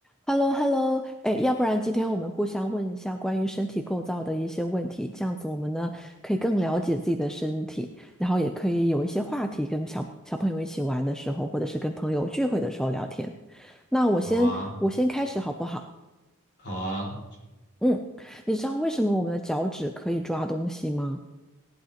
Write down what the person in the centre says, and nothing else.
h e l l o h e l l o 哎，要不然今天我们互相问一下关于身体构造的一些问题，这样子我们呢可以更了解自己的身体，然后也可以有一些话题跟小小朋友一起玩的时候，或者是跟朋友聚会的时候聊天。那我先我先开始好不好？
嗯，你知道为什么我们的脚趾可以抓东西吗？